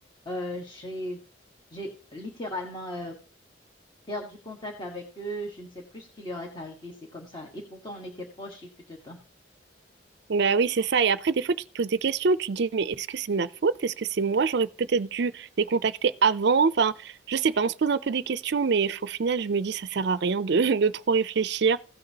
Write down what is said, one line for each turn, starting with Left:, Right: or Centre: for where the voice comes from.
Left: euh, j'ai, j'ai littéralement euh, perdu contact avec eux. Je ne sais plus ce qui leur est arrivé. C'est comme ça. Et pourtant, on était proches, il fut un temps.
Right: Bah oui, c'est ça. Et après, des fois, tu te poses des questions. Tu te dis, mais est-ce que c'est de ma faute? Est-ce que c'est moi? J'aurais peut-être dû les contacter avant. Enfin, je sais pas. On se pose un peu des questions, mais au final, je me dis, ça sert à rien de, <laughs> de trop réfléchir.